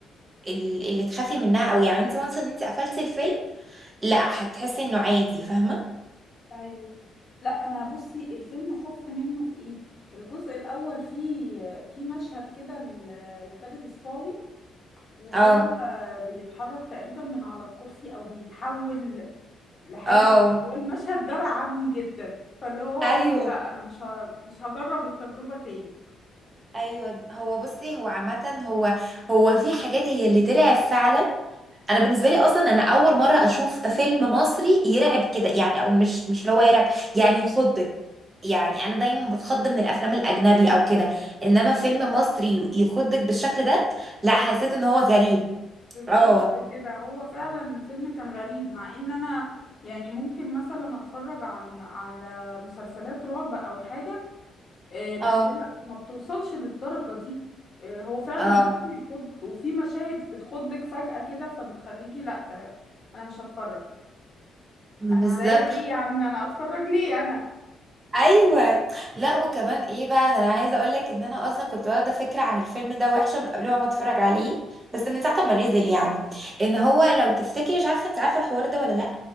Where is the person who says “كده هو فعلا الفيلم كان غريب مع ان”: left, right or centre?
Left